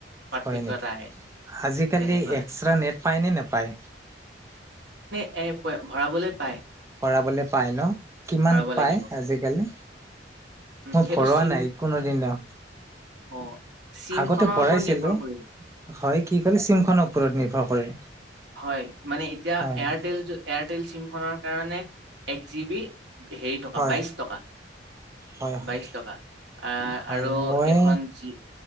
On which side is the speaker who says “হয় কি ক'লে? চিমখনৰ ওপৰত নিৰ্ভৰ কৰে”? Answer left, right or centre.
Right